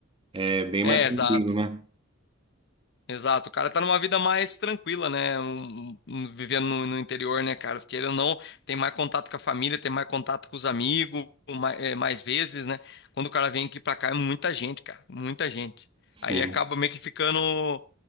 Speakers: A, on the right; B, on the left.
A: É bem
B: É,
A: mais tranquilo,
B: exato.
A: né?
B: Exato. O cara tá numa vida mais tranquila, né? Um- um- vivendo no, no interior, né, cara? Porque ele ou não tem mais contato com a família, tem mais contato com os amigos, mais, é, mais vezes, né? Quando o cara vem aqui pra cá, é muita gente, cara. Muita gente.
A: Sim.
B: Aí acaba meio que ficando.